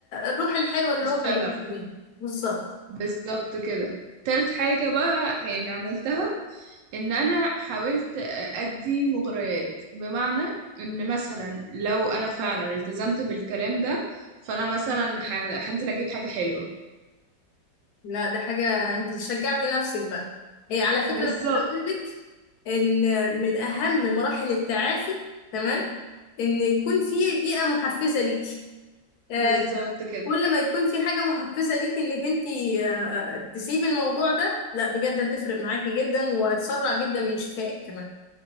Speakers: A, on the left (about 70°); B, on the right (about 80°).
A: الروح الحلوة اللي
B: الشغف
A: هو كان بيحبها بالظبط
B: بالظبط كده تالت حاجه بقى يعني عملتها ان انا حاولت ادي مغريات بمعنى ان مثلا لو انا فعلا التزمت بالكلام ده فانا مثلا ح- هنزل اجيب حاجة حلوة
A: لا ده حاجة انت شجعتي نفسك بقى هي على فكرة
B: بالظبط
A: انا عايزة اقول لك ان من اهم مراحل التعافي تمام ان يكون في بيئة محفزة ليكي آه،
B: بالظبط كده
A: كل ما يكون في حاجة محفزة ليكي انك انت آه، تسيبي الموضوع ده لا بجد هتفرق معاكي جدا وهتسرع جدا من شفائك كمان